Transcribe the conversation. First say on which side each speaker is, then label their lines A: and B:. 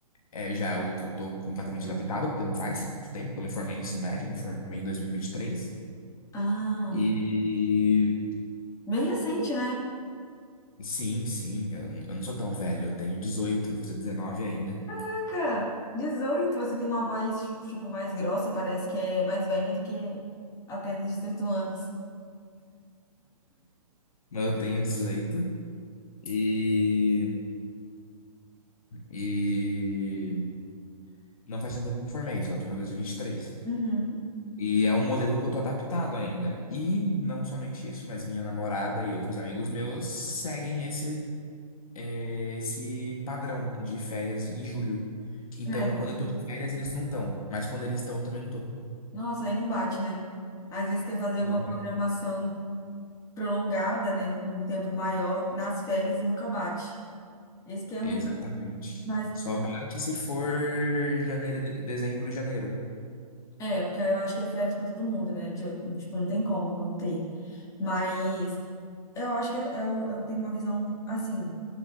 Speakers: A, on the left (about 60°); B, on the left (about 15°).
A: é já é algo que eu tô completamente adaptado, porque não faz tempo que eu me formei no ensino médio, eu me formei em dois mil e e vinte e três
B: Ah,
A: E
B: bem recente, né?
A: Sim, sim, eu, eu não sou tão velho, eu tenho 18 vou fazer 19 ainda.
B: Caraca, 18 você tem uma voz, tipo, mais grossa, parece que é mais velha do que apenas 18 anos.
A: Mas eu tenho 18 e, e não faz tanto tempo que eu me formei, só tô no 2023. E vinte e três.
B: Uhum.
A: E é um modelo que eu tô adaptado ainda. E não somente isso, mas minha namorada e outros amigos meus seguem esse, eh, esse padrão de férias em julho. Então,
B: É, não-
A: quando eu tô de férias, eles não estão. Mas quando eles estão, eu também não tô.
B: nossa, aí não bate, né? Às vezes quer fazer alguma
A: Não
B: programação prolongada, né, com um tempo maior nas férias e nunca bate. Esse que é ruim.
A: Exatamente.
B: Mas
A: Só bate se for janeiro, de- dezembro, janeiro.
B: é, porque aí eu acho que é férias pra todo mundo, né? de- Tipo, não tem como não ter. Mas eu acho que eu, eu, eu tenho uma visão assim.